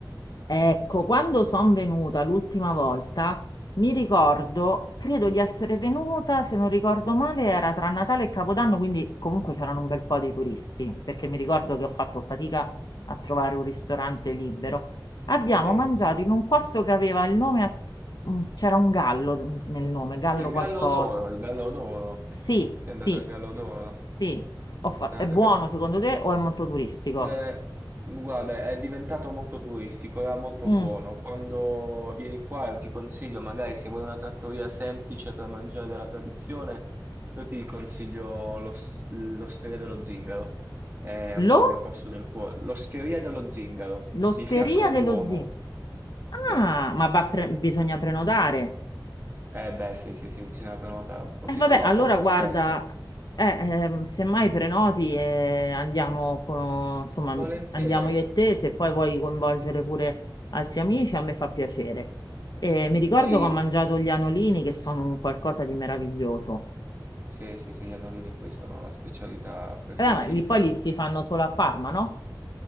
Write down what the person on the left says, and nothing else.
Ecco, quando sono venuta l'ultima volta, mi ricordo, credo di essere venuta, se non ricordo male, era tra Natale e Capodanno, quindi comunque c'erano un bel po' di turisti, perché mi ricordo che ho fatto fatica a trovare un ristorante libero. Abbiamo
mangiato in un posto che aveva il nome, a- mm, c'era un gallo nel nome, gallo
qualcosa.
Sì,
sì,
sì. Ho fa-
È
buono
secondo te o è molto turistico?
Mm.
Lo?
L'osteria
dello
zio.
Ah, ma va pre- bisogna prenotare.
E
vabbè,
allora
guarda,
eh, ehm, semmai prenoti e andiamo, con- insomma,
andiamo io e te, se poi vuoi coinvolgere pure altri amici, a me fa piacere. E mi ricordo
che ho mangiato gli anolini che sono un qualcosa di meraviglioso.
Eh, ma li, poi li si fanno solo a Parma, no?